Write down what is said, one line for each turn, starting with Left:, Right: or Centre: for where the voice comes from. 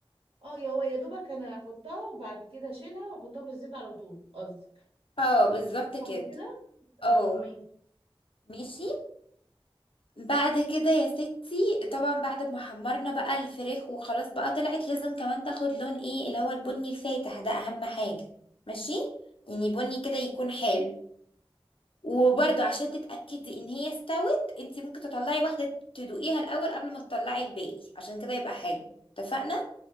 Right: آه، يا هو يا دوبك انا احطها وبعد كده اشيلها واحطها في الزيت على طول قصدك
Left: اه بالظبط كده
Right: صح كده
Left: اه
Right: اه ماشي
Left: ماشي بعد كده يا ستي طبعا بعد ما حمرنا بقى الفراخ وخلاص بقى طلعت لازم كمان تاخد لون ايه اللي هو البني الفاتح ده اهم حاجة ماشي يعني بني كده يكون حلو وبرده عشان تتأكدي ان هي استوت انت ممكن تطلعي واحدة تدوقيها الاول قبل ما تطلعي الباقي عشان كده يبقى حلو اتفقنا